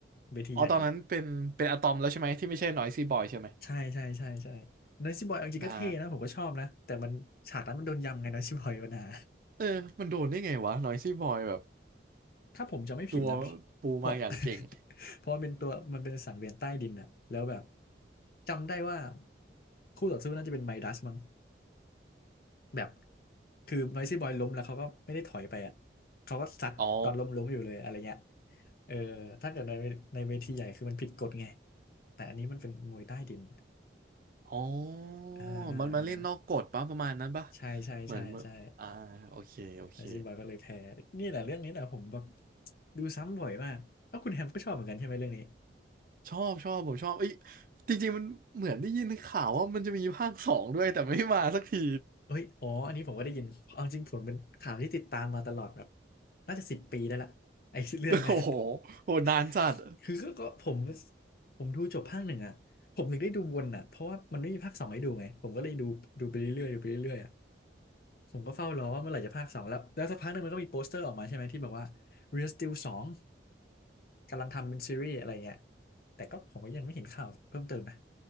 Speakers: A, on the left (about 50°); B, on the right (about 50°).
A: เวทีใหญ่แล้ว
B: อ๋อตอนนั้นเป็นเป็นอะตอมแล้วใช่ไหมที่ไม่ใช่นอยซี่บอยใช่ไหม
A: ใช่ใช่ใช่ใช่นอยซี่บอยเอาจริงก็เท่นะผมก็ชอบนะแต่มันฉากนั้นมันโดนยำไงนอยซี่บอยปัญหา
B: อ่าเออมันโดนได้ไงวะนอยซี่บอยแบบ
A: <laughs> ถ้าผมจะไม่ผิดนะเพราะเพราะ
B: ตัวปูมาอย่างเก่ง
A: <laughs> เพราะมันเป็นตัวมันเป็นสังเวียนใต้ดินอะแล้วแบบจำได้ว่าคู่ต่อสู้น่าจะเป็นไมดัสมั้งแบบคือนอยซี่บอยล้มแล้วเขาก็ไม่ได้ถอยไปอะเขาก็ซัดตอนล้มล้มอยู่เลยอะไรเงี้ย
B: อ๋อ
A: เออถ้าเกิดในในเวทีใหญ่คือมันผิดกฎไงแต่อันนี้มันเป็นมวยใต้ดิน
B: อ๋อ
A: อ่าอ่าอ่า
B: มันมาเล่นนอกกฎปะประมาณนั้นปะ
A: ใช่ใช่ใช่ใช่
B: เหมือนเมื่ออ่าโอเคโอเค
A: อาชีพบอยก็เลยแพ้นี่แหละเรื่องนี้แหละผมแบบดูซ้ำบ่อยมากเอ้าคุณแฮมก็ชอบเหมือนกันใช่ไหมเรื่องนี้
B: ชอบชอบผมชอบเอ้ยจริงๆมันเหมือนได้ยินข่าวว่ามันจะมีภาคสองด้วยแต่ไม่มาสักที
A: เอ้ยอ๋ออันนี้ผมก็ได้ยินเอาจริงผมเป็นข่าวที่ติดตามมาตลอดแบบน่าจะสิบปีได้ละไอ้เรื่องเนี้ย
B: <laughs> โอ้โหโหนานจัด
A: <laughs> คือก็ก็ผมผมดูจบภาคหนึ่งอ่ะผมถึงได้ดูวนอ่ะเพราะว่ามันไม่มีภาคสองให้ดูไงผมก็เลยดูดูไปเรื่อยๆดูไปเรื่อยๆอ่ะผมก็เฝ้ารอว่าเมื่อไหร่จะภาคสองแล้วแล้วสักพักหนึงมันก็มีโปสเตอร์ออกมาใช่ไหมที่บอกว่า Real Steel สอง กำลังทำเป็นซีรีส์อะไรเงี้ยแต่ก็ผมก็ยังไม่เห็นข่าวเพิ่มเติมนะ